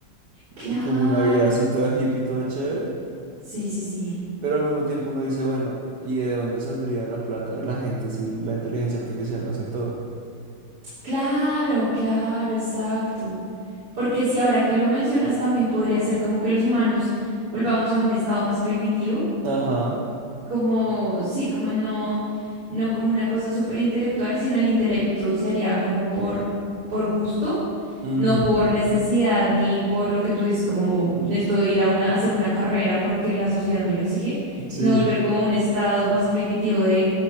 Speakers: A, on the right; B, on the right.
A: claro,
B: y como una vida así toda hippie, toda chévere,
A: sí, sí, sí.
B: pero al mismo tiempo uno dice, bueno, ¿y de dónde saldría la plata de la gente si la inteligencia artificial hace todo?
A: Claro, claro, exacto. Porque si ahora que lo mencionas también podría ser como que los humanos volvamos a un estado más primitivo
B: Ajá,
A: como, sí, como no, no como una cosa súper intelectual, sino el intelecto se haría como por, por gusto,
B: ujú,
A: no por necesidad ni por lo que tú dices, como necesito ir a una, a hacer una carrera porque la sociedad me lo exige,
B: Sí,
A: sino volver como a un estado más primitivo de,